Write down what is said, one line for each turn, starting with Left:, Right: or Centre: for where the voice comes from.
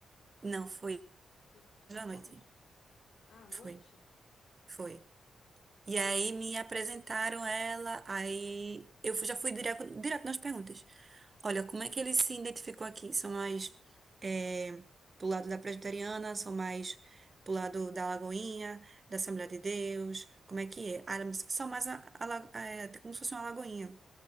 Right: Não, foi
Left: Foi
Right: hoje
Left: à
Right: à
Left: tarde?
Right: noite.
Left: Ah, à noite?
Right: Foi, foi. E aí me apresentaram ela, aí eu fui- já fui direto, direto nas perguntas. Olha, como é que ele se identificou aqui? São mais eh, pro lado da presbiteriana, são mais pro lado da Lagoinha, da Assembleia de Deus, como é que é? Ah, ela me disse, são mais a, a la- eh, como se fosse uma Lagoinha.